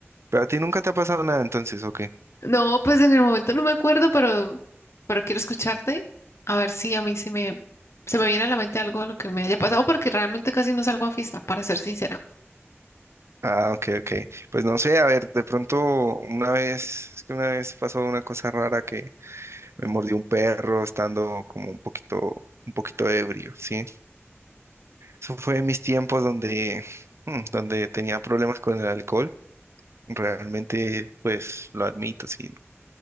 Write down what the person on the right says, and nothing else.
Pero a ti nunca te ha pasado nada entonces, ¿o qué?
Ah, ok, ok. Pues no sé, a ver, de pronto una vez, es que una vez pasó una cosa rara que me mordió un perro estando como un poquito, un poquito ebrio, ¿sí? Eso fue en mis tiempos donde, mm, donde tenía problemas con el alcohol. Realmente, pues lo admito, sí.